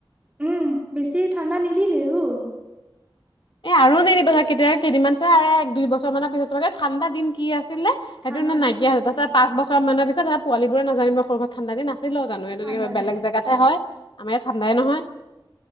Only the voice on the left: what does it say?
এ, আৰু <unintelligible> কেতিয়া কেইদিনমান। তাৰে এক, দুই বছৰ মানৰ পিছত, চবতে ঠাণ্ডা দিন কি আছিলে,
সেইটো
নাইকিয়া
হয়।
তাৰ পিছত, পাঁচবছৰ পাঁচবছৰ মানৰ পিছত, পোৱালিবোৰে নাজানিব, সৰু ঠাণ্ডা দিন আছিল অ'! জানুৱাৰীত।
তেনেকে
বেলেগ জাগাত। হয়! আমাৰ ইয়াত ঠাণ্ডাই নহয়।